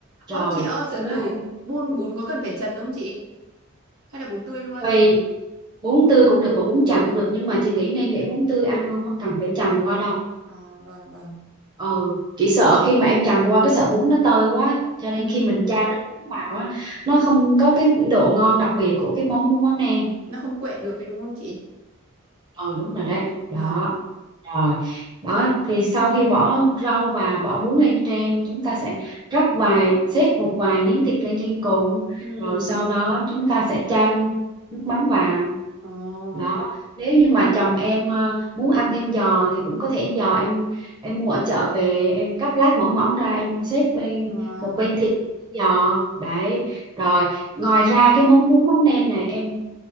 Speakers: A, on the right; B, on the right.
A: Ơ
B: rồi
A: chị ơi
B: sau
A: từ
B: đó
A: từ
B: em
A: bún bún có cần phải trần không chị? Hay là bún tươi luôn?
B: tùy bún tươi cũng được mà bún chần cũng được nhưng mà chị nghĩ nên để bún tươi ăn luôn không cần phải chần qua đâu
A: À, vâng vâng
B: ừ chị sợ khi mà em chần qua cái sợi bún nó tơi quá cho nên
A: Ừm,
B: khi mình chan nó màu á nó không có cái độ ngon đặc biệt của cái món bún mắm nem
A: nó không quện được đấy đúng không chị?
B: ừ đúng rồi đấy
A: vâng
B: đó rồi đó thì sau khi bỏ rau và bỏ bún lên trên chúng ta sẽ rắc vài xếp một vài miếng thịt lên trên cùng
A: Ừm,
B: rồi sau đó chúng ta sẽ chan nước mắm vào
A: ồ,
B: đó nếu như mà chồng em ờ, muốn ăn thêm giò thì cũng có thể giò em em mua ở chợ về em cắt lát mỏng mỏng ra em xếp bên
A: ồ,
B: một bên thịt một bên giò đấy rồi ngoài ra cái món bún mắm nêm này em